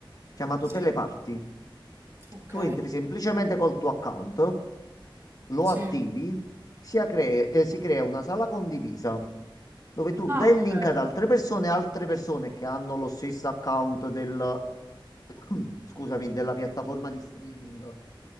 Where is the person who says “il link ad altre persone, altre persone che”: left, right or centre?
Left